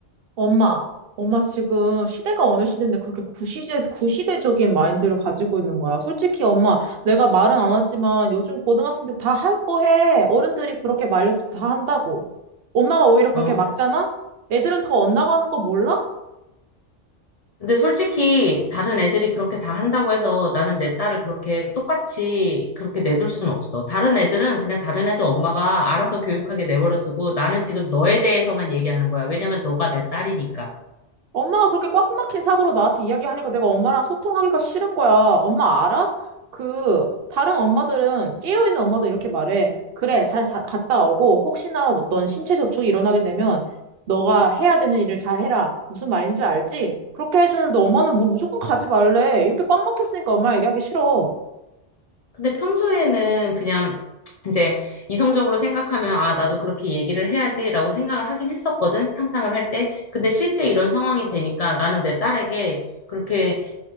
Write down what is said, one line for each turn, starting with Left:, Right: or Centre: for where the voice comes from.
Right: 엄마, 엄마 지금 시대가 어느 시대인데 그렇게 구시대, 구시대적인 마인드를 가지고 있는 거야. 솔직히 엄마, 내가 말은 안 하지만 요즘 고등학생들 다 할 거 해. 어른들이 그렇게 말려도 다 한다고. 엄마가 오히려 그렇게
Left: 어,
Right: 막잖아? 애들은 더 엇나가는 거 몰라?
Left: 근데 솔직히 다른 애들이 그렇게 다 한다고 해서 나는 내 딸을 그렇게 똑같이 그렇게 내둘 순 없어. 다른 애들은 그냥 다른 애들 엄마가 알아서 교육하게 내버려 두고 나는 지금 너에 대해서만 얘기하는 거야. 왜냐면 너가 내 딸이니까.
Right: 엄마가 그렇게 꽉 막힌 사고로 나한테 이야기하니까 내가 엄마랑 소통하기가 싫은 거야. 엄마 알아? 그, 다른 엄마들은, 깨어있는 엄마들 이렇게 말해. 그래, 잘 다- 갔다 오고, 혹시나 어떤 신체 접촉이 일어나게 되면, 너가 해야 되는 일을 잘 해라. 무슨 말인지 알지? 그렇게 해주는데 엄마는 뭐 무조건 가지 말래. 이렇게 꽉 막혔으니까 엄마 얘기하기 싫어.
Left: 근데 평소에는 그냥 이제 이성적으로 생각하면 아, 나도 그렇게 얘기를 해야지라고 생각을 하긴 했었거든. 상상을 할 때. 근데 실제 이런 상황이 되니까 나는 내 딸에게 그렇게